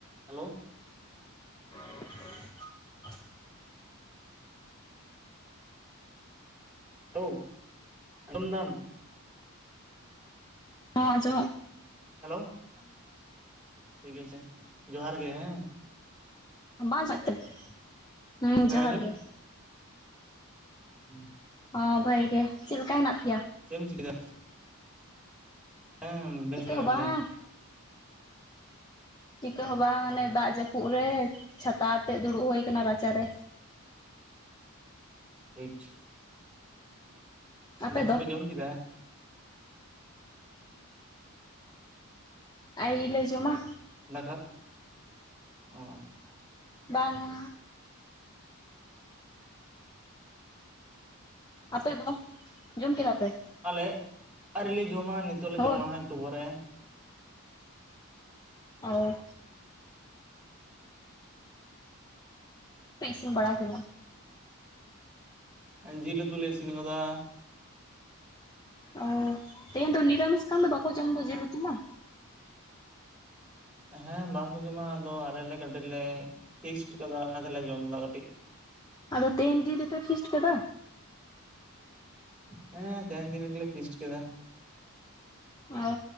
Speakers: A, in the centre; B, on the left.
A: ᱦᱮᱞᱳ
B: <inaudible>
A: ᱦᱮᱞᱳ ᱟᱡᱚᱢ ᱫᱟᱢ
B: ᱦᱚᱸ ᱟᱡᱚᱢᱚᱜ
A: ᱦᱮᱞᱳ ᱴᱷᱤᱠ ᱟᱪᱷᱮ ᱡᱚᱦᱟᱨ ᱜᱮ ᱦᱮᱸ
B: <unintelligible> ᱦᱩᱸ
A: ᱦᱮᱸ
B: ᱡᱚᱦᱟᱨ ᱜᱮ
A: ᱦᱩᱸ
B: ᱚ ᱵᱷᱟᱜᱮ ᱜᱮ ᱪᱮᱫ ᱞᱮᱠᱟ ᱦᱮᱱᱟᱜ ᱯᱮ
A: ᱪᱮᱢ ᱪᱤᱠᱟᱹ ᱫᱟ ᱦᱮᱸ ᱵᱮᱥ
B: ᱪᱤᱠᱟᱹ
A: ᱜᱮ ᱢᱮᱱᱟᱜ
B: ᱦᱚᱸ ᱵᱟᱝ
A: ᱞᱮᱭᱟ
B: ᱪᱤᱠᱟᱹ ᱦᱚᱸ ᱵᱟᱝ
A: ᱚ
B: ᱚᱱᱮ ᱫᱟᱜ ᱡᱟᱹᱯᱩᱫ ᱨᱮ ᱪᱷᱟᱛᱟ ᱟᱛᱮᱜ ᱫᱩᱲᱩᱵ ᱦᱳᱭ ᱠᱟᱱᱟ ᱨᱟᱪᱟᱨᱮ
A: ᱴᱷᱤᱠ
B: ᱟᱯᱮ
A: ᱫᱟᱠᱟ
B: ᱫᱚ
A: ᱯᱮ ᱡᱚᱢ ᱠᱮᱫᱟ
B: ᱟᱹᱭᱨᱤ ᱞᱮ ᱡᱚᱢᱟ
A: ᱫᱟᱠᱟ ᱚᱻ
B: ᱵᱟᱝᱟ ᱟᱯᱮ ᱫᱚ ᱡᱚᱢ ᱠᱮᱫᱟ ᱯᱮ
A: ᱟᱞᱮ ᱟᱹᱣᱨᱤ ᱞᱮ ᱡᱚᱢᱟ ᱱᱤᱛᱚᱜ ᱞᱮ
B: ᱦᱳᱭ
A: ᱡᱚᱢᱟ ᱮᱠᱴᱩᱯᱚᱨᱮ
B: ᱚ ᱯᱮ ᱤᱥᱤᱱ ᱵᱟᱲᱟ ᱠᱮᱫᱟ
A: ᱡᱤᱞ ᱩᱛᱩ ᱞᱮ ᱤᱥᱤᱱ ᱠᱟᱫᱟ
B: ᱚ ᱛᱮᱦᱮᱧ ᱫᱚ ᱱᱤᱨᱟᱢᱤᱥ ᱠᱟᱱᱫᱚ ᱵᱟᱠᱚ ᱡᱚᱢ ᱫᱚ ᱡᱮᱞ ᱩᱛᱩ ᱢᱟ
A: ᱦᱮᱸ ᱵᱟᱝᱠᱚ ᱡᱚᱢᱟ ᱟᱫᱚ ᱟᱞᱮ ᱞᱮ ᱠᱟᱹᱴᱤᱡ ᱞᱮ ᱯᱷᱤᱥᱴ ᱠᱟᱫᱟ ᱚᱱᱟ ᱛᱮᱞᱮ ᱡᱚᱢᱫᱟ ᱠᱟᱹᱴᱤᱡ
B: ᱟᱫᱚ ᱛᱮᱦᱮᱧ ᱫᱤᱱ ᱨᱮᱯᱮ ᱯᱷᱤᱥᱴ ᱠᱟᱫᱟ
A: ᱦᱮᱸ ᱛᱮᱦᱮᱱ ᱫᱤᱱ ᱨᱮᱜᱮᱞᱮ ᱯᱷᱤᱥᱴ ᱠᱮᱫᱟ
B: ᱚ